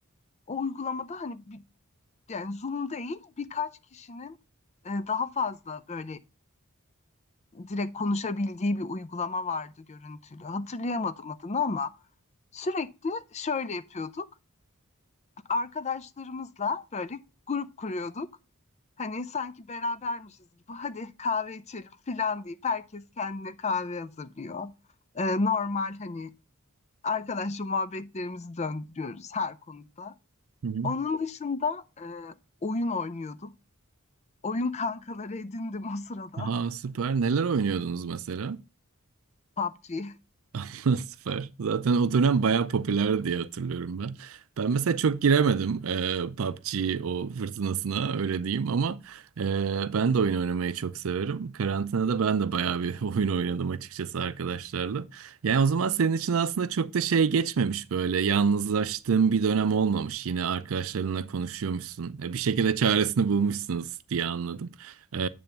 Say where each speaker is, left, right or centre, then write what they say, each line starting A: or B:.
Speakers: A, on the left; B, on the right.
A: O uygulamada hani bir, yani Zoom değil birkaç kişinin e, daha fazla böyle direkt konuşabildiği bir uygulama vardı görüntülü. Hatırlayamadım adını ama sürekli şöyle yapıyorduk. Arkadaşlarımızla böyle grup kuruyorduk. Hani sanki berabermişiz gibi hadi kahve içelim filan deyip herkes kendine kahve hazırlıyor. Ee, normal hani arkadaşla muhabbetlerimizi döndürüyoruz her konuda.
B: Hı hı.
A: Onun dışında e, oyun oynuyordum. Oyun kankaları edindim o sırada
B: Ha süper. Neler oynuyordunuz mesela?
A: PUBG.
B: <laughs> Süper. Zaten o dönem bayağı popüler diye hatırlıyorum ben. Ben mesela çok giremedim e, PUBG o fırtınasına öyle diyeyim ama e, ben de oyun oynamayı çok severim. Karantinada ben de bayağı bir <laughs> oyun oynadım açıkçası arkadaşlarla. Yani o zaman senin için aslında çok da şey geçmemiş böyle yalnızlaştığın bir dönem olmamış. Yine arkadaşlarınla konuşuyormuşsun. E, bir şekilde çaresini bulmuşsunuz diye anladım. E,